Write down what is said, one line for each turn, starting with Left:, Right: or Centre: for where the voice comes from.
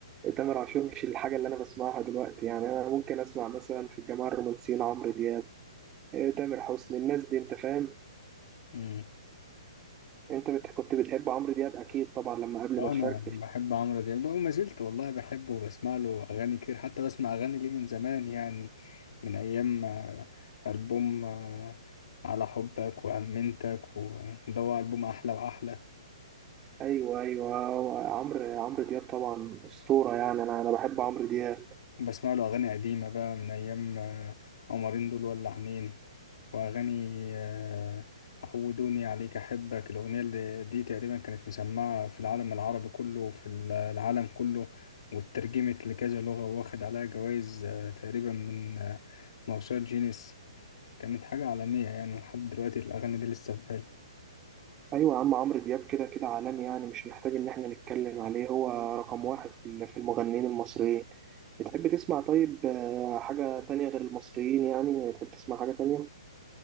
Right: تامر عاشور مش الحاجة اللي أنا بسمعها دلوقتي يعني أنا ممكن أسمع مثلا في الجماعة الرومانسيين عمرو دياب آه، تامر حسني الناس دي أنت فاهم
Left: امم
Right: أنت بت... كنت بتحب عمرو دياب أكيد طبعا لما قبل
Left: اه
Right: ما تفركش
Left: انا بحب عمرو دياب ده وما زلت والله بحبه وبسمع له اغاني كتير حتى بسمع اغاني ليه من زمان يعني من ايام آه، البوم آه، على حبك وامنتك وده هو البوم احلى واحلى
Right: أيوه أيوه عمرو عمرو دياب طبعا أسطورة يعني أنا أنا بحب عمرو دياب
Left: بسمع له أغاني قديمة بقى من أيام آه، قمرين دول ولا عنين وأغاني آه، عودوني عليك أحبك الأغنية اللي دي تقريبا كانت مسمعة في العالم العربي كله وفي العالم كله واترجمت لكذا لغة واخد عليها جوائز آه، تقريبا من آه، موسوعة جينيس كانت حاجة عالمية يعني لحد دلوقتي الأغاني دي لسه في بالي
Right: أيوه يا عم عمرو دياب كده كده عالمي يعني مش محتاج إن إحنا نتكلم عليه هو رقم واحد في ال- في المغنيين المصريين بتحب تسمع طيب آه، حاجة تانية غير المصريين يعني بتحب تسمع حاجة تانية؟